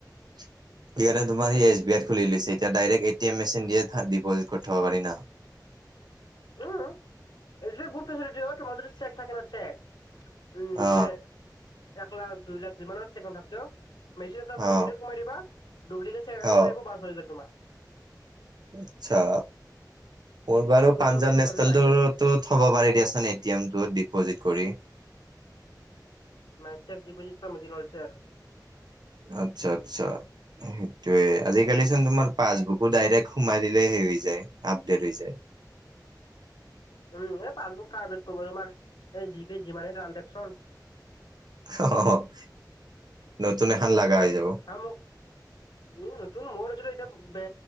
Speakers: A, on the right; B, on the left.
A: সেইকাৰণে
B: সেইটো বেলেগ
A: তোমাৰ
B: কথা বাৰু
A: এছ বি আইত খুলি লৈছে এতিয়া ডাইৰেক্ট এটিম মেচিন দিয়ে ডিপজিট কৰি থব পাৰি না।
B: উম, এচ বি আই বহুত ফেচিলিটী তোমাৰ যদি চেক থাকে ন' চেক। উম,
A: অ
B: ধলে এক লাখ দুই লাখ যিমানৰ চেক নাথাকক কিয়। মেচিন এটা আছে
A: অ
B: মেচিনটোত সোমাই দিবা ডুপ্লিকেট চেক এখন
A: অ
B: ওলাই আহিব বাচ হৈ গ'ল তোমাৰ।
A: আচ্ছা, মোৰ বাৰু
B: চৌবিশ
A: পাঞ্জাৱ
B: চৌবিশ ঘণ্টাৰ
A: নেশচনেলটোত
B: পিছত আহি যায়
A: টো থ'ব পাৰি দিয়াচোন এটি এম টো ডিপজিট কৰি।
B: মানে চেক ডিপিজিট কৰা মেচিন ওলাইছে আৰু।
A: আচ্ছা আচ্ছা। সেইটোয়ে আজিকালি চোন তোমাৰ পাছবুকো ডাইৰেক্ট সোমাই দিলে হে হৈ যায় আপডেট হৈ যায়।
B: উম, এ পাছবুক আপডেট কৰিব তোমাৰ এই জি পে যিমানেই ট্ৰান্জেক্যন।
A: অ', নতুন এখন লগা হৈ যাব।
B: হা মোক উম, নতুন মোৰো যদি এতি বে